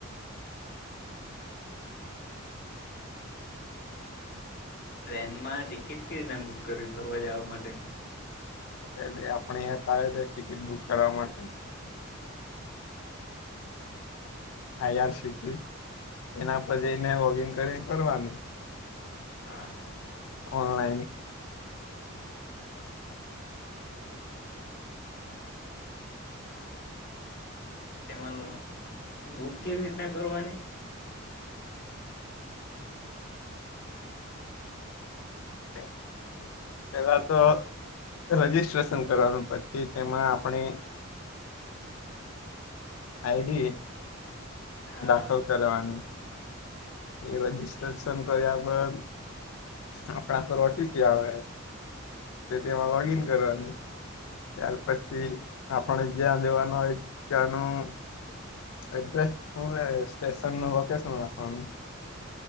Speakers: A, on the left; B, on the left.
A: ટ્રેન માં ટિકિટ કેવી રીતે બુક કરવી ફરવા જવા માટે
B: એટ આપણી એપ આવે છે ટિકિટ બુક કરવા માટે હા યાર શીક એના પર જઈને લોગિન કરીને કરવાનું
A: હા
B: ઓનલાઈન
A: તેમાં બુક કેવી રીતના કરવાની
B: હ <inaudible> <unintelligible> પેલા તો રજીિસ્ટ્રેશન કરવાનું પછી તેમાં આપણે આઈડી
A: હા
B: દાખલ કરવાની એ રજીિસ્ટ્રેશન કર્યા બાદ આપણા તો રોટીથી આવે તે તેમાં લોગિન કરવાનું ત્યાર પછી આપણે જ્યાં જોવાનું હોય ત્યાંનું એડ્રેસ હું સ્ટેશન ન લોકેશન નાખવાનું